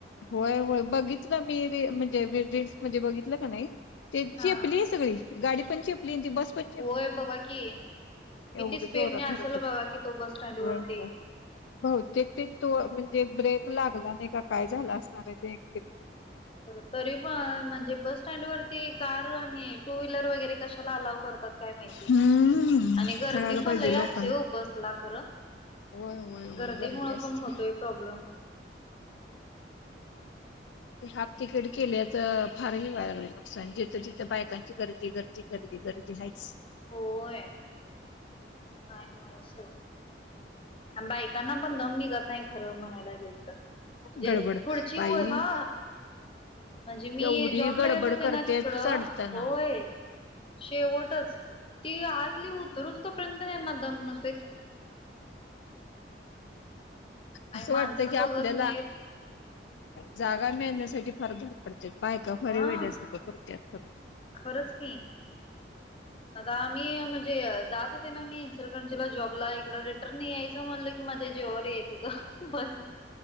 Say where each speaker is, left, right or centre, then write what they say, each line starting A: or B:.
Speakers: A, on the left; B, on the left.
A: होयय. बघितलं मी र म्हणजे रीलल््स मध्ये बघितलं का नाही. ते
B: हा
A: चेपली आहे सगळी गाडी पणजे ली ती बसपत चेपली
B: होय बघा की किती
A: एवढ
B: स्पीडने
A: जोरात
B: असेल
A: धडकली
B: बघा की तो बस स्टँड वरती.
A: वयय बहतेक ते तू म्ह जे ब्रेक लागला नाही का काय झाला असणार आहे ते एक
B: खर तरी पण म्हणजे बस स्टँड वरती कार आणि टू व्हीलर वगैरे कशाला अलाव करतात काय माहिती.
A: हम्म
B: आणि गर्दी
A: कळायला
B: पण
A: पाहिजे
B: लय
A: लोकांना.
B: असते हो बसला खर
A: होय होय होय
B: गर्दी मु
A: असते.
B: पण होतोय प्रॉब्लेम
A: ते हाफ तिकीट केल्याच फार ह वय नुकसान जिथं तिथं बायकांची गर्दी गर्दी गर्दी गर्दी हाच
B: होय काय न अस बाईकांना पण दम निघत नाही खरं म्हणायला गेल. म्हणजे
A: गडबड
B: पुढची
A: बाई
B: व हा म्हणजे मी
A: एवढी
B: जॉबला
A: गडबड
B: येत होते
A: करते
B: ना तिकडं
A: चढताना
B: होय शेवटच ती आतली उतरुसतोपर्यंत त्यांना दम नसत. आणि
A: असं
B: माणसं
A: वाटत की
B: बघत
A: आपल्याला
B: नाहीत
A: जागा मिळण्यासाठी वरधार पड बायका फारी
B: हा
A: वेद्यासारखं करतत खरं.
B: खरंच की. आता आम्ही म्हणजे जात होते ना मी इन्सलकंजीला जॉबला इकड रिटर्न नाही यायचं म्हणलं की माझ्या जेवावर येत होतं बस.